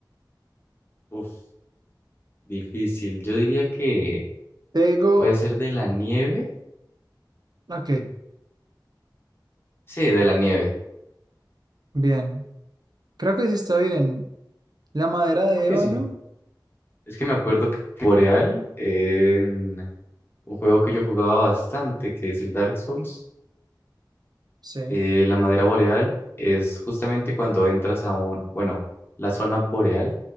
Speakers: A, on the left; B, on the right.
A: Uf, difícil. Yo diría que
B: Te digo,
A: puede ser de la nieve.
B: ok,
A: Sí, de la nieve.
B: bien. Creo que sí está bien. La madera de
A: Creo que
B: ébano,
A: sí. Es que me acuerdo que boreal en un juego que yo jugaba bastante, que es el Dark Souls.
B: sí.
A: Eh, la madera boreal es justamente cuando entras a un, bueno, la zona boreal